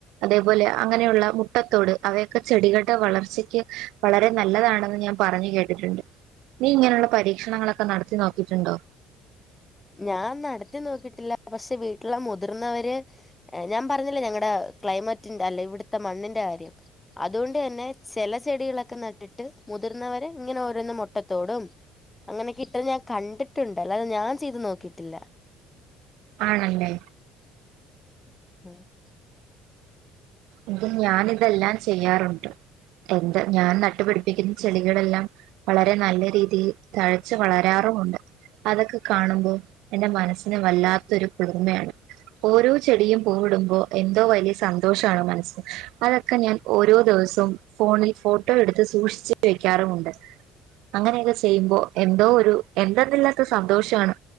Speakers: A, on the right (about 65°); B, on the left (about 20°).
A: അതേപോലെ അങ്ങനെയുള്ള മുട്ടത്തോട് അവയൊക്കെ ചെടികളുടെ വളർച്ചയ്ക്ക് വളരെ നല്ലതാണെന്ന് ഞാൻ പറഞ്ഞു കേട്ടിട്ടുണ്ട് നീ ഇങ്ങനെയുള്ള പരീക്ഷണങ്ങളൊക്കെ നടത്തി നോക്കിയിട്ടുണ്ടോ
B: ഞാൻ നടത്തി നോക്കിട്ടില്ല പക്ഷെ വീട്ടിലെമുതിർന്നവര് ഞാൻ പറഞ്ഞില്ലെ ഞങ്ങടെ ക്ലൈമറ്റിന്റെ അല്ല ഇവിടുത്തെ മണ്ണിന്റെ കാര്യം അതുകൊണ്ട് തന്നെ ചില ചെടികളൊക്കെ നട്ടിട്ട് മുതിർന്നവര് ഇങ്ങനെ ഓരോന്നും മുട്ടത്തോടും അങ്ങനെ കെ ഇട്ടത്ഞാൻ കണ്ടിട്ടുണ്ട് അല്ലാതെ ഞാൻ ചെയ്ത് നോക്കിട്ടില്ല
A: ആണല്ലേ
B: <unintelligible>
A: ഇതുംഞാൻ ഇതെല്ലാം ചെയ്യാറുണ്ട് എന്താ ഞാൻ നട്ടുപിടിപ്പിക്കുന്ന ചെടികളെല്ലാം വളരെ നല്ല രീതിയിൽ തഴച്ച് വളരാറുമുണ്ട് അതൊക്കെ കാണുമ്പോൾ എന്റെ മനസ്സിന് വല്ലാത്ത ഒരു കുളിർമയാണ് ഓരോ ചെടിയും പൂവിടുമ്പോ എന്തോ വലിയ സന്തോഷണോ മനസ്സിന് അതൊക്കെ ഞാൻ ഓരോ ദിവസവും ഫോണിൽ ഫോട്ടോ എടുത്ത് സൂക്ഷിച്ച് വെക്കാറുമുണ്ട് അങ്ങനെയൊക്കെ ചെയ്യുമ്പോ എന്തോ ഒരു എന്തെന്നില്ലാത്ത സന്തോഷമാണ്